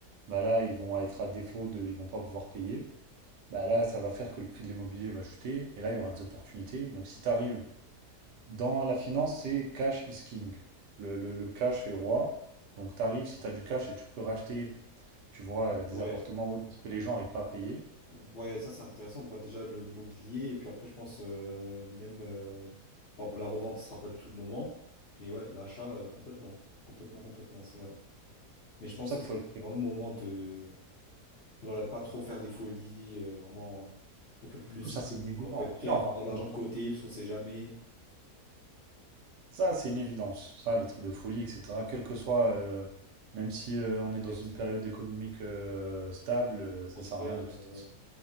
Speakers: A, on the right; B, on the left.
A: bah là, ils vont être à défaut de, ils vont pas pouvoir payer. Bah là, ça va faire que le prix de l'immobilier va chuter et là, il y aura des opportunités. Donc, si tu arrives dans la finance, c'est cash is king. Le, le- le cash est roi. Donc, tu arrives, si tu as du cash et tu peux racheter tu vois, heu, des
B: Ouais.
A: appartements hauts autres que les gens arrivent pas à payer.
B: Ouais, ça c'est intéressant. Bah, déjà le- l'immobilier, et puis après, je pense euh, même. euh, Bon, la revente, ce sera pas du tout le moment, mais ouais, l'achat, euh, complètement. Complètement, complètement, c'est vrai. Mais je
A: C'est
B: pense
A: pour ça
B: aussi
A: qu'il faut
B: que
A: être
B: c'est
A: très
B: vraiment le moment de, de, voilà, pas trop faire des folies, euh, vraiment euh, être le plus lucide
A: prudent. ça c'est
B: possible,
A: une évidence.
B: quoi. Faut être prêt
A: Mais non,
B: à faire
A: pas
B: de
A: contre
B: l'argent de côté, parce qu'on sait jamais.
A: ça c'est une évidence. Ça, le truc de folie et cetera, quel que soit, heu, même si, heu, on
B: Contexte,
A: est dans une période
B: ouais.
A: économique, heu, stable, heu, ça
B: Prospère,
A: sert à rien de
B: euh,
A: tout
B: ouais.
A: façon.